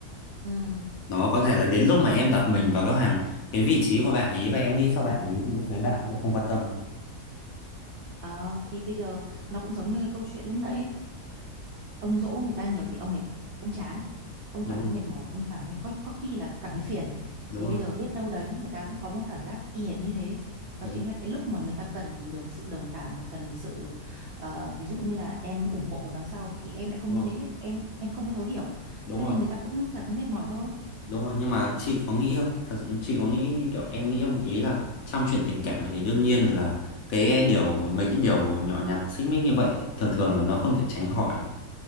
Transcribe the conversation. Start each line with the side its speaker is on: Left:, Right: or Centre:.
Right: ừ,
Left: Nó có thể là đến lúc mà em đặt mình vào cái hàng cái vị trí của bạn ấy và em nghĩ cho bạn ấy thì lúc đấy bạn ấy cũng không quan tâm.
Right: đó, thì bây giờ nó cũng giống như cái câu chuyện lúc nãy ấy. ông dỗ người ta nhiều thì ông mệt ông chán ông
Left: Đúng
Right: cảm
Left: không?
Right: thấy mệt mỏi ông cảm thấy có có khi là cảm thấy phiền
Left: Đúng
Right: thì
Left: rồi.
Right: bây giờ biết đâu đấy người ta cũng có một cảm giác y hệt như thế
Left: Đúng
Right: đó chính
Left: rồi.
Right: là cái lúc mà người ta cần được sự đồng cảm là cần sự ờ, ví dụ như là em ủng hộ ở đằng sau thì em lại không
Left: Đúng
Right: như
Left: rồi.
Right: thế em em không có thấu hiểu
Left: Đúng
Right: cho
Left: rồi.
Right: nên người ta cũng cảm thấy mệt mỏi thôi
Left: Đúng rồi, nhưng mà chị có nghĩ không? Thật sự chị có nghĩ như kiểu em nghĩ không? Ý là trong chuyện tình cảm thì đương nhiên là cái điều, mấy cái điều nhỏ nhặt xích mích như vậy thường thường là nó không thể tránh khỏi.